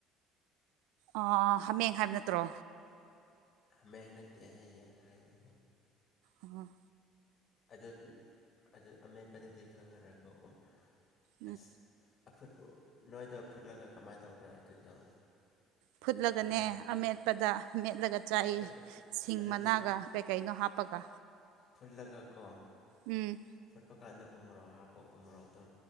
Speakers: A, on the right; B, on the left.
A: ꯑ ꯍꯃꯦꯡ ꯍꯥꯏꯕ ꯅꯠꯇ꯭ꯔꯣ
B: ꯃꯌꯥꯏ ꯅꯠꯇꯦꯍꯦ ꯌꯦꯟ ꯍꯥꯏꯍꯦ
A: ꯎꯝ
B: ꯑꯗꯨ ꯑꯗꯨ ꯑꯃꯦꯠꯄꯗꯗꯤ ꯈꯪꯉꯔꯣꯏꯀꯣ ꯎꯝ
A: ꯎꯝ
B: ꯑꯁ ꯑꯐꯨꯠ ꯅꯣꯏꯗꯣ ꯐꯨꯠꯂꯒ ꯀꯃꯥꯏꯅ ꯇꯧꯕ꯭ꯔꯥ ꯑꯗꯨꯏꯗꯣ
A: ꯐꯨꯠꯂꯒꯅꯦ
B: ꯐꯨꯠꯄ꯭ꯔꯥ
A: ꯑꯃꯦꯠꯄꯗ ꯃꯦꯠꯂꯒ ꯆꯥꯏꯌꯦ
B: ꯐꯨꯠꯂ
A: ꯁꯤꯡ
B: ꯑꯗꯨꯗꯤ
A: ꯃꯅꯥꯒ ꯀꯩ ꯀꯩꯅꯣ ꯍꯥꯞꯄꯒ
B: ꯐꯨꯜꯂꯒꯀꯣ
A: ꯎꯝ
B: ꯐꯨꯠꯄ ꯀꯥꯟꯗ ꯎꯃꯣꯔꯣꯛ ꯍꯥꯞꯄꯣ ꯎꯃꯣꯔꯣꯛꯇꯣ